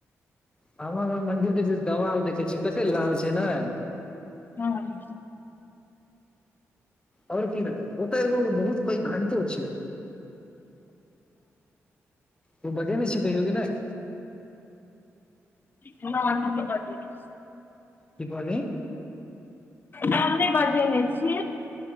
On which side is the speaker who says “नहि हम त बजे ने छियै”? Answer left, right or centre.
Left